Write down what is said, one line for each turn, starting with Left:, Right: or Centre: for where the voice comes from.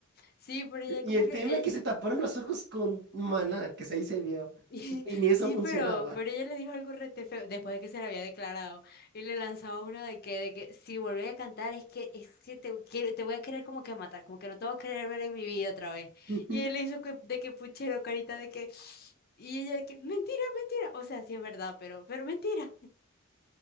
Left: sí, pero ella
Right: Y
Left: como
Right: el
Left: que,
Right: tema
Left: él-
Right: es que se taparon los ojos con maná, que ahí se vio.
Left: <laughs>
Right: Y ni
Left: sí,
Right: eso funcionaba.
Left: pero, pero ella le dijo algo rete feo después de que se le había declarado y le lanzaba una de que, de que si volvés a cantar es que, es que te quiero, te voy a querer como que matar, como que no te voy a querer ver en mi vida otra vez.
Right: <laughs>
Left: Y él le hizo que- de que puchero, carita de que, <sniffs> y ella de que, mentira, mentira. O sea, sí es verdad, pero, pero mentira.